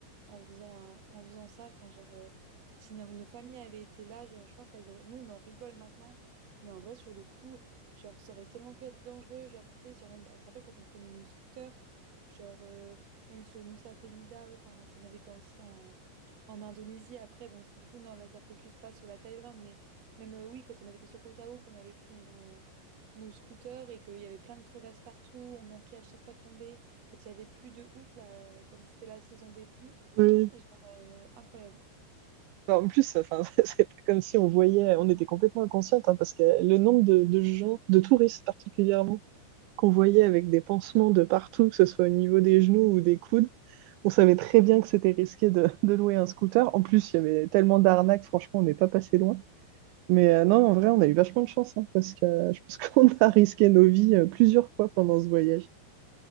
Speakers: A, on the right; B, on the right.
A: en faisant, un- en faisant ça, enfin, genre... euh, si nos nos familles avaient été là, genre, je pense qu'elles auraient... Nous, on en rigole maintenant. Mais en vrai, sur le coup, genre, ça aurait tellement pu être dangereux. Genre, tu sais, genre, même... Tu te rappelles quand on prenait nos scooters, genre... euh, même sur Nusa Penida, enfin, qu'on avait été aussi en, en Indonésie. Après, bon, du coup, non, là, ça focus pas sur la Thaïlande, mais même, euh, oui, quand on avait été sur Koh Tao, qu'on avait pris nos, nos scooters et qu'il y avait plein de crevasses partout, on manquait à chaque fois de tomber, quand il y avait plus de ouf, là, euh, comme c'était la saison des pluies.
B: Oui,
A: Genre, euh, incroyable.
B: Bah, En plus, enfin, <laughs> c'est pas comme si on voyait, on était complètement inconsciente, hein, parce que le nombre de, de gens, de touristes particulièrement, qu'on voyait avec des pansements de partout, que ce soit au niveau des genoux ou des coudes, on savait très bien que c'était risqué de, <laughs> de, louer un scooter. En plus, il y avait tellement d'arnaques, franchement, on n'est pas passé loin. Mais euh, non, en vrai, on a eu vachement de chance, hein, parce que euh, je pense <laughs> qu'on a risqué nos vies euh, plusieurs fois pendant ce voyage.